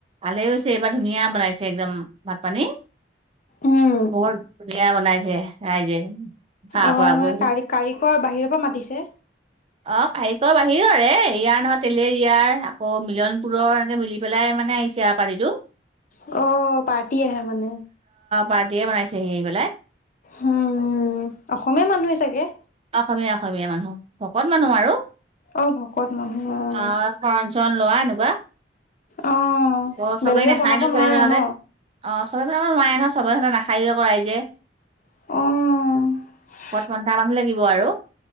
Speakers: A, on the right; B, on the left.
A: ভালে হৈছে, এইবাৰ ধুনীয়া বনাইছে একদম ভাত পানী
B: উম
A: বহত ধুনীয়া বনাই ৰাইজে খাব
B: অ'
A: পৰাকৈ।
B: মানে কাৰ কাৰিকৰ বাহিৰৰ পৰা মাতিছে?
A: অহ' কাৰিকৰ বাহিৰত। ইয়াৰ নহয় তেলেৰ ইয়াৰ আকৌ মিলন পুৰৰ এনেকে মিলি পেলাই মানে আহিছে আৰু পাৰটিটো
B: অ' পাৰ্টি আহে মানে।
A: বাৰ্থডে বনাইছেহি আহি পেলাই
B: উম অসমীয়া মানুহে চাগে
A: অসমীয়া অসমীয়া মানুহ ভকত মানুহ আৰু
B: অ' ভকত মানুহ অ'।
A: আহ সৰ লোৱা এনেকুৱা
B: অ'
A: আকৌ চবেই
B: বেলেগে
A: নাখায়
B: বনাব
A: নো
B: নোৱাৰে
A: চব বনালে
B: ন?
A: অ চবেইবিলাক নোৱাই নহয় চবেতে নাখায়ে আকৌ ৰাইযে
B: আহ
A: কথ ঘন্টাামানহ লাগিব আৰু